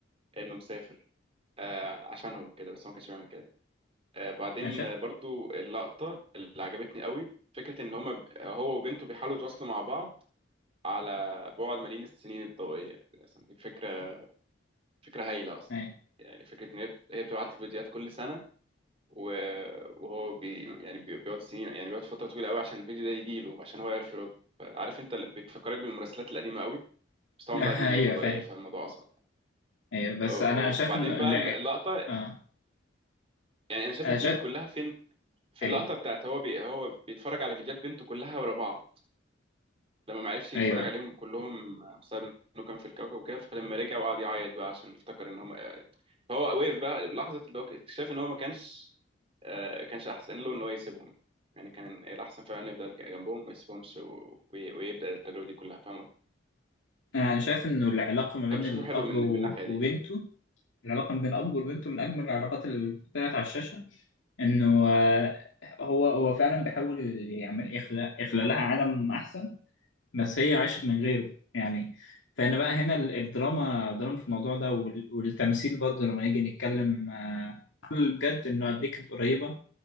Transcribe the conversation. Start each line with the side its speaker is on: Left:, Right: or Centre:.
Right: انه مسافر آه عشانهم كده بس هو ما كانش بيعمل كده يعني. آه بعدين
Left: أنا شا...
Right: آه، برضو اللقطة اللي عجبتني قوي فكرة ان هم هو وبنته بيحاولوا يتواصلوا مع بعض على بعد ملايين السنين الضوئية يعني دي فكرة فكرة هايلة اصلا
Left: أيوة.
Right: يعني فكرة ان هي بت- هي بتبعت له فيديوهات كل سنة و- وهو بي يعني بي- بيقعد سنين يعني بيقعد فترة طويلة قوي عشان الفيديو ده يجي له عشان هو يعرف يرد عارف انت ال- بتفكرك بالمراسلات القديمة قوي بس طبعا
Left: آه،
Right: بقى دي
Left: <laughs> أيوه
Right: فضائية
Left: فاهم
Right: فالموضوع أصعب
Left: أيوه بس
Right: وبعدين
Left: أنا شايف إنه
Right: بقى
Left: الع...
Right: اللقطة
Left: آه
Right: يعني أنا شايف
Left: أنا
Right: البيك
Left: شايف
Right: كلها فين في
Left: أيوه
Right: اللقطة بتاعت هو بي هو بيتفرج على فيديوهات بنته كلها ورا بعض لما ما عرفش يتفرج
Left: أيوه
Right: عليهم كلهم بسبب انه كان في الكوكب وكده فلما رجع وقعد يعيط بقى عشان افتكر ان هم فهو وقف بقى لحظة اللي هو اكتشاف ان هو ما كانش آه، كانش احسن له ان هو يسيبهم يعني كان الاحسن فعلا يفضل جنبهم ما يسيبهمش و- وي- ويبدا التجربه دي كلها فاهم قصدي؟
Left: أنا شايف إنه العلاقة ما بين
Right: انا بشوفه
Left: الأب
Right: حلو من
Left: و-
Right: من الناحيه
Left: وبنته
Right: دي
Left: العلاقة ما بين الأب وبنته من أجمل العلاقات اللي طلعت على الشاشة انه آه، هو هو فعلا بيحاول يعمل يخلق يخلق لها عالم احسن بس هي عاشت من غيره يعني فانا بقى هنا ال- الدراما دراما في الموضوع ده وال- والتمثيل برضه لما نيجي نتكلم آه، بجد انه قد ايه كانت قريبه